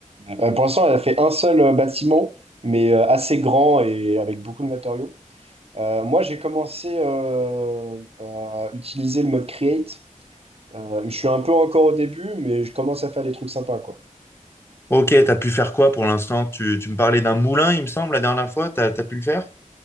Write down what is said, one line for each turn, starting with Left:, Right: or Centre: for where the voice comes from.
Right: euh, pour l'instant, elle a fait un seul euh, bâtiment, mais euh, assez grand et avec beaucoup de matériaux. Euh, moi, j'ai commencé euh, à utiliser le mode create. Euh, je suis un peu encore au début, mais je commence à faire des trucs sympas, quoi.
Left: Ok, t'as pu faire quoi pour l'instant? Tu, tu me parlais d'un moulin, il me semble, la dernière fois. T'as, t'as pu le faire?